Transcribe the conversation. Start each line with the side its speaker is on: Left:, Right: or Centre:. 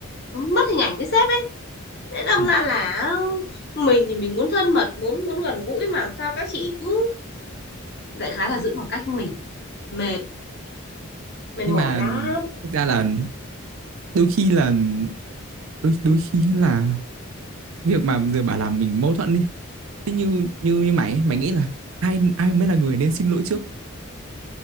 Left: mất hình ảnh với sếp ấy Thế đâm
Right: Ờ.
Left: ra là mình thì mình muốn thân mật, muốn muốn gần gũi mà làm sao các chị cứ đại khái là giữ khoảng cách với mình, mệt, mệt
Right: nhưng
Left: mỏi
Right: mà
Left: lắm.
Right: thực ra là đôi khi là đôi đôi khi là việc mà giờ bà làm mình mâu thuẫn đi thế như như như mày ấy, mày nghĩ là ai ai mới là người nên xin lỗi trước